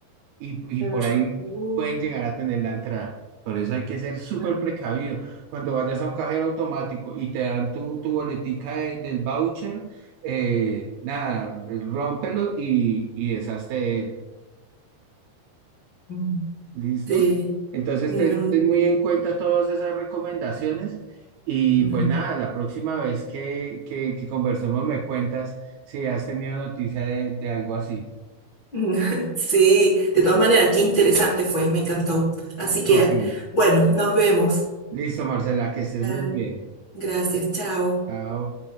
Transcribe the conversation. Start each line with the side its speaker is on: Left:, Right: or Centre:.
Right: y, y
Left: Claro.
Right: por ahí
Left: Uh,
Right: pueden llegar a tener la entrada. Por eso hay que ser súper
Left: ah,
Right: precavido. Cuando vayas a un cajero automático y te dan tu, tu boletica de- del voucher, eh, nada, rómpelo y, y deshazte de él.
Left: mm,
Right: ¿Listo?
Left: Sí.
Right: Entonces
Left: Mm,
Right: ten, ten muy en cuenta todas esas recomendaciones y
Left: mm.
Right: pues nada, la próxima vez que, que, que conversemos me cuentas si has tenido noticia de, de algo así.
Left: <laughs> Sí, de todas maneras, qué interesante fue, me encantó. Así que,
Right: Ok.
Left: bueno, nos vemos.
Right: Listo, Marcela, que estés
Left: Ah,
Right: muy bien.
Left: Gracias, chao.
Right: Chao.